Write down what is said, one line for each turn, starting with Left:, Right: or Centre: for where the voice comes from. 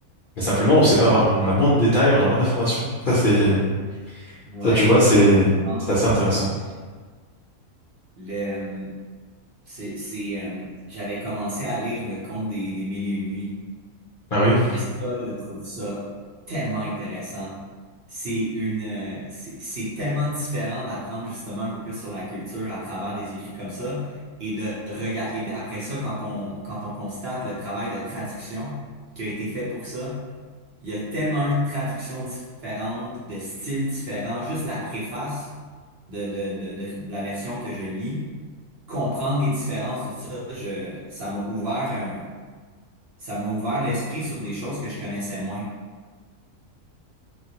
Left: mais simplement on sait pas, vra- on a moins de détails, on a moins d'informations. Ça c'est,
Right: ouais.
Left: ça tu vois, c'est,
Right: je pense.
Left: c'est assez intéressant.
Right: Le, le, euh, c'est, c'est, euh, j'avais commencé à lire Le Conte des, des Mille et Une Nuits.
Left: Ah oui.
Right: Et ça, je trouve ça tellement intéressant. C'est une, euh, c'est c'est tellement différent d'apprendre justement un peu plus sur la culture à travers des écrits comme ça et de regarder. Et d- après ça, quand on, quand on constate le travail de traduction qui a été fait pour ça, il y a tellement eu de traductions différentes, de styles différents. Juste la préface de, de, de, de, de la version que je lis, comprendre les différences, tout ça, je, ça m'a ouvert un, ça m'a ouvert l'esprit sur des choses que je connaissais moins.